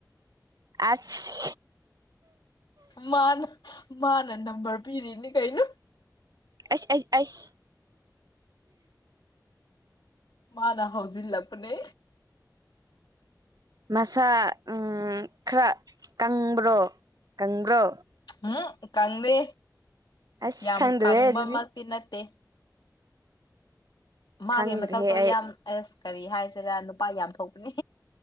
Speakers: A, on the right (about 60°); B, on the left (about 85°).
A: ꯑꯁ
B: ꯃꯥꯅ ꯃꯥꯅ ꯅꯝꯕꯔ ꯄꯤꯔꯤꯅꯤ ꯀꯩꯅꯣ
A: ꯑꯩꯁ ꯑꯩ ꯑꯩꯁ
B: ꯃꯥꯅꯥ ꯍꯧꯖꯤꯜꯂꯄꯅꯦ
A: ꯃꯁꯥ ꯎꯝ ꯈꯔ ꯀꯪꯕ꯭ꯔꯣ ꯀꯪꯕ꯭ꯔꯣ
B: ꯎꯝ ꯀꯪꯗꯦ
A: ꯑꯁ
B: ꯌꯥꯝ
A: ꯈꯪꯗ꯭ꯔꯦ
B: ꯀꯪꯕꯃꯛꯇꯤ
A: ꯑꯗꯨꯗꯤ
B: ꯅꯠꯇꯦ ꯃꯥꯒꯤ
A: ꯈꯪꯗ꯭ꯔꯦꯍꯦ
B: ꯃꯁꯛꯇꯣ
A: ꯑꯩ
B: ꯌꯥꯝ ꯑꯁ ꯀꯔꯤ ꯍꯥꯏꯁꯤꯔꯥ ꯅꯨꯄꯥ ꯌꯥꯝ ꯊꯣꯛꯄꯅꯦ